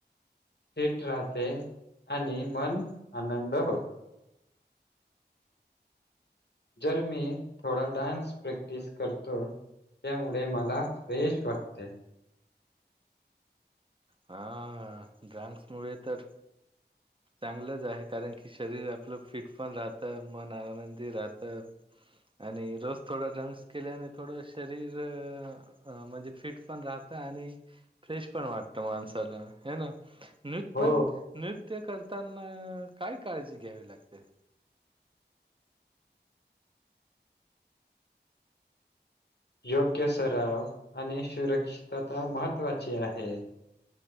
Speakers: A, on the left (about 70°); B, on the right (about 30°).
A: फिट राहते आणि मन आनंद होते. जर मी थोडा डान्स प्रॅक्टिस करतो. त्याच्यामुळे मला फ्रेश वाटते.
B: हा डान्स मुळे तर, चांगलंच आहे. कारण की शरीर आपलं फिट पण राहतं. मन आनंदी राहतं. आणि रोज थोडा डान्स केल्याने थोडं शरीर अ म्हणजे फिट पण राहत आणि फ्रेश पण वाट त माणसाला आहे ना. नृत पण
A: हो
B: नृत्य नृत्य करताना काय काळजी घ्यावी लागते?
A: योग्य सराव आणि सुरक्षितता महत्त्वाची आहे.